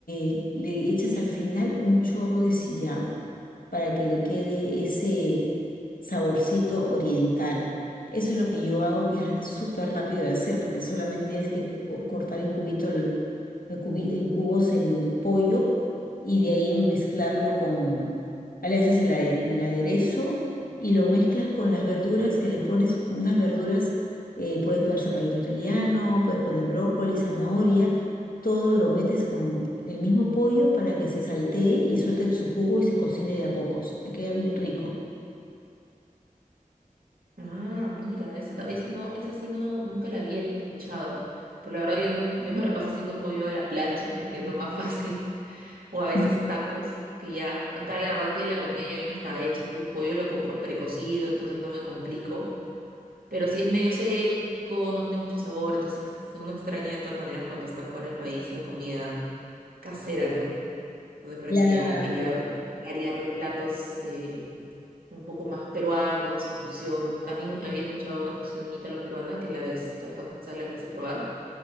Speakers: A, on the left; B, on the right.
A: eh, le echas al final un chorro de sillao para que le quede ese saborcito oriental. Eso es lo que yo hago, que es súper rápido de hacer, porque solamente tienes que po- cortar en cubito el, en cubi- en cubos el pollo y de ahí mezclarlo con, ah, le haces el, ade- el aderezo y lo mezclas con las verduras, que les pones unas verduras, eh, puedes poner zapallito italiano, puedes poner brócoli, zanahoria todo lo metes con el mismo pollo para que se saltee y suelte su jugo y se cocine de a pocos. Te queda bien rico.
B: Ah, mira, esa, tam- esa no, esa sí no, nunca la había escuchado. Por la verdad yo me, yo me la paso haciendo pollo a la plancha porque es lo más fácil. <laughs> O a veces
A: Mira,
B: tacos, que ya, acá
A: ajá,
B: la verdad que la comida ya viene hasta hecha. El pollo lo compro precocido, entonces no me complico. Pero si es medio seco, no tiene mucho sabor, entonces ex- uno extraña de todas maneras cuando está fuera del país la comida casera, ¿no? Entonces por
A: Claro,
B: eso ya quería variar de platos, eh, un poco más peruanos o fusión. También había escuchado una fusión ítalo-peruana que la vez, la vez pasada la quise probar.